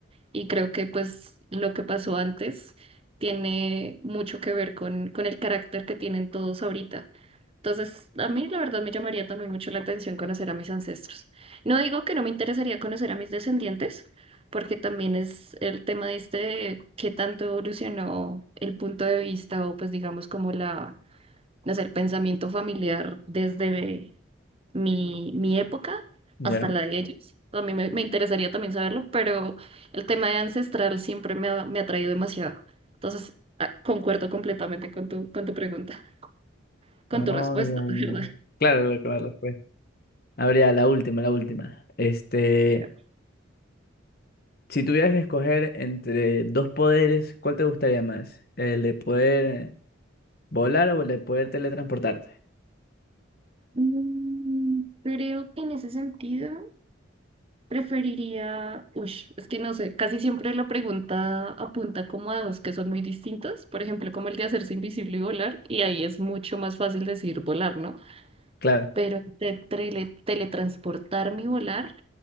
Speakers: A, on the right (about 30°); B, on the left (about 50°).
A: Y creo que pues lo que pasó antes tiene mucho que ver con, con el carácter que tienen todos ahorita. Entonces, a mí la verdad me llamaría también mucho la atención conocer a mis ancestros. No digo que no me interesaría conocer a mis descendientes, porque también es el tema de este, de qué tanto evolucionó el punto de vista o pues digamos como la, no sé, el pensamiento familiar desde mi, mi época
B: ¿Ya?
A: hasta la de ellos. A mí me, me interesaría también saberlo, pero el tema de ancestral siempre me ha, me ha traído demasiado. Entonces, ah, concuerdo completamente con tu, con tu pregunta, con
B: Oh,
A: tu respuesta,
B: ya, ya.
A: <laughs> de ¿verdad?
B: Claro, claro, claro, pues. A ver, ya, la última, la última. Este,
A: Pero,
B: si tuvieras que escoger entre dos poderes, ¿cuál te gustaría más? ¿El de poder volar o el de poder teletransportarte?
A: mm, creo que en ese sentido preferiría, ush, es que no sé, casi siempre la pregunta apunta como a dos que son muy distintos, por ejemplo, como el de hacerse invisible y volar, y ahí es mucho más fácil decir volar, ¿no?
B: Claro,
A: Pero de tele- teletransportarme y volar,